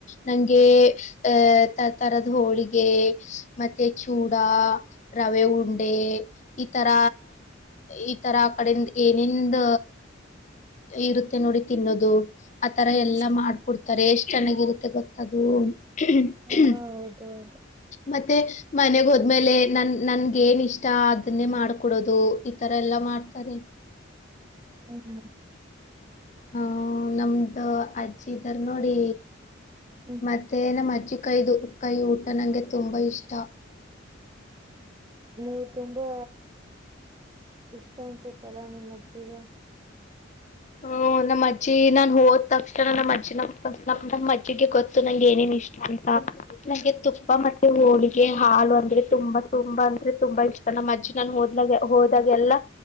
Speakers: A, on the left (about 40°); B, on the right (about 20°).
A: ನಂಗೆ ಅ ತರದ ಹೋಳಿಗೆ ಮತ್ತೆ ಚೂಡ ರವೆ ಉಂಡೆ ಈ ತರ ಈ ತರ ಕಡೆಿಂದ ಏನಂದ ಇರುತ್ತೆ ನೋಡಿ ತಿನ್ನದು ಆತರ
B: ಹ್ಮ್
A: ಎಲ್ಲಾ ಮಾಡ್ಕೊಡ್ತ ತಾರೆ ಎಷ್ಟ್ ಚೆನ್ನಾಗಿರುತ್ತೆ ಗೊತ್ತದು ಹ್ಮ
B: ಹಾ
A: ಹ್ಮ
B: ಹೌದು ಹೌದು
A: ಮತ್ತೆ ಮನೆಗ್ ಹೋದ್ಮೇಲೆ ನನ್ ನನ್ಗ ಏನ್ ಇಷ್ಟ ಅದನ್ನೇ ಮಾಡ್ಕೊಡೋದು ಈತರ ಎಲ್ಲಾ ಮಾಡ್ತಾರೆ
B: ಹ್ಮ್
A: ಹ್ಮ ನಮ್ದ ಅಜ್ಜಿ ಇದಾರ ನೋಡಿ
B: ಹ್ಮ್
A: ಮತ್ತೆ ನ್ ಅಜ್ಜಿ ಕಾಯ್ದು ಕೈ ಊಟ ನಂಗೆ ತುಂಬಾ ಇಷ್ಟ
B: ನೀವು ತುಂಬಾ ಇಷ್ಟ ಅನ್ಸುತ್ತಲ್ಲಾ ನಿಮ್ಮ ಅಜ್ಜಿಗೆ
A: ಹ್ಮ ನಮ್ಮ್ ಅಜ್ಜಿ ನಾನ್ ಹೋದ ತಕ್ಷಣ ನಮ್ಮ ಅಜ್ಜಿನ ನ ನ ನಮ್ಮ ಅಜ್ಜಿಗೆ ಗೊತ್ತು ನಂಗೆ ಏನೇನ್ ಇಷ್ಟ ಆಯಿತ ನಂಗೆ ತುಪ್ಪ ಮತ್ತೆ ಹೋಳಿಗೆ ಹಾಲು ಅಂದ್ರೆ ತುಂಬಾ ತುಂಬಾ ಅಂದ್ರೆ ತುಂಬ ಇಷ್ಟ ನಮ್ಮಜ್ಜಿ ನಾನು ಹೋದ್ಲಾಗ ಹೋದಾಗಲ್ಲ